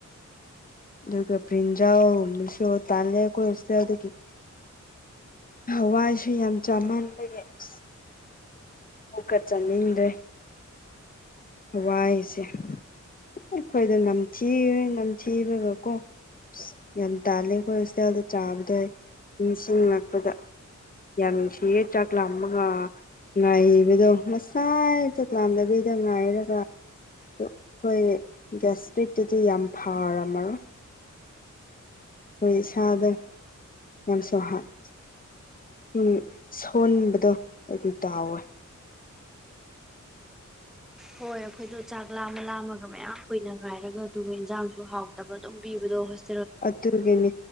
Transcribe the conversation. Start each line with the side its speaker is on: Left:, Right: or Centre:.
Left: ꯑꯗꯨꯒ ꯕꯔꯤꯟꯖꯜ ꯒꯨꯝꯕꯁꯨ ꯇꯜꯂꯦ ꯑꯩꯈꯣꯏ ꯍꯣꯁꯇꯦꯜꯗꯒꯤ ꯍꯋꯥꯏꯁꯨ ꯌꯥꯝ ꯆꯥꯃꯟꯕꯒꯤ ꯏꯁ ꯑꯃꯨꯛꯀꯥ ꯆꯠꯅꯤꯡꯗ꯭ꯔꯦ ꯍꯋꯥꯏꯁꯦ ꯑꯩꯈꯣꯏꯗ ꯅꯝꯊꯤ ꯅꯝꯊꯤꯕꯒꯀꯣ ꯑꯁ ꯌꯥꯝ ꯇꯥꯜꯂꯦ ꯑꯩꯈꯣꯏ ꯍꯣꯁꯇꯦꯜꯗ ꯆꯥꯕꯗ ꯅꯤꯡꯁꯤꯡ ꯂꯛꯄꯗ ꯌꯥꯝ ꯅꯨꯡꯁꯤꯌꯦ ꯆꯥꯛ ꯂꯥꯝꯃꯒ ꯉꯥꯏꯕꯗꯣ ꯉꯁꯥꯏ ꯆꯥꯛꯂꯥꯝꯗꯕꯤꯗ ꯉꯥꯏꯔꯒ <unintelligible> ꯑꯩꯈꯣꯏ ꯒꯦꯁꯇ꯭ꯔꯤꯛꯇꯨꯗꯤ ꯌꯥꯝ ꯐꯔꯝꯃꯔꯣꯏ ꯑꯩꯈꯣꯏ ꯏꯁꯥꯗꫭ ꯌꯥꯝꯁꯨꯍꯥꯠ ꯎꯝ ꯁꯣꯟꯕꯗꯣ ꯑꯗꯨ ꯇꯥꯎꯋꯦ
Centre: ꯍꯣꯏ ꯑꯩꯈꯣꯏꯗꯣ ꯆꯥꯛ ꯂꯥꯝꯃ ꯂꯥꯝꯃꯒ ꯃꯌꯥꯝ ꯀꯨꯏꯅ ꯉꯥꯏꯔꯒ ꯑꯗꯨꯒ ꯏꯟꯖꯥꯡꯖꯨ ꯍꯥꯎꯇꯕ ꯑꯗꯨꯝ ꯄꯤꯕꯗꯣ ꯍꯣꯁ
Left: ꯑꯗꯨꯒꯤꯅꯤ